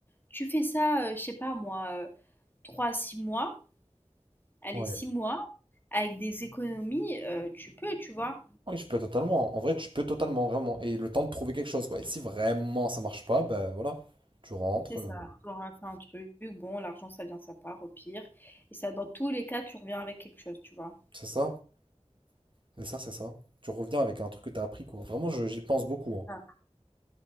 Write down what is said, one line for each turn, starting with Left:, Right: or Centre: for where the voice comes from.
Left: Tu fais ça, euh, je sais pas moi, euh, trois à 6 mois, allez,
Right: Ouais.
Left: 6 mois, avec des économies, euh, tu peux, tu vois.
Right: Oui, je peux totalement. En vrai, tu peux totalement, vraiment. Et le temps de trouver quelque chose, quoi. Et si vraiment ça marche pas, ben voilà. Tu rentres.
Left: C'est ça.
Right: euh,
Left: Tu auras fait un truc, bon, l'argent, ça vient, ça part, au pire. Et ça, dans tous les cas, tu reviens avec quelque chose, tu vois.
Right: c'est ça. C'est ça, c'est ça. Tu reviens avec un truc que t'as appris, quoi. Vraiment, je- j'y pense beaucoup. hein.
Left: Ah.